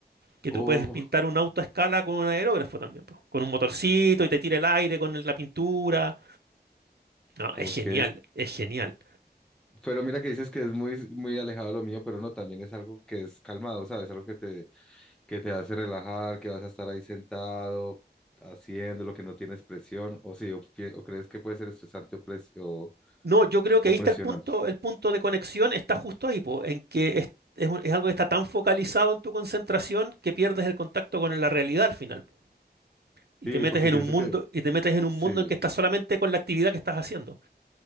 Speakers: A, on the right (about 70°); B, in the centre.
A: que
B: Oh,
A: tú puedes pintar un auto a escala con un aerógrafo también, po, con un motorcito y te tira el aire con el- la pintura. No,
B: ok.
A: es genial, es genial.
B: Pero mira que dices que es muy, muy alejado de lo mío, pero no, también es algo que es calmado, ¿sabes? Algo que te, que te hace relajar, que vas a estar ahí sentado, haciendo lo que no tienes presión, o sí, o, pi- o crees que puede ser estresante o, pres- o,
A: No, yo creo que
B: o
A: ahí
B: presionante.
A: está el punto, el punto de conexión está justo ahí, po, en que es, es un- es algo que está tan focalizado en tu concentración que pierdes el contacto con la realidad al final, po, y
B: Sí,
A: te metes
B: porque
A: en
B: pienso
A: un mundo,
B: que
A: y te metes en un
B: sí.
A: mundo en que estás solamente con la actividad que estás haciendo.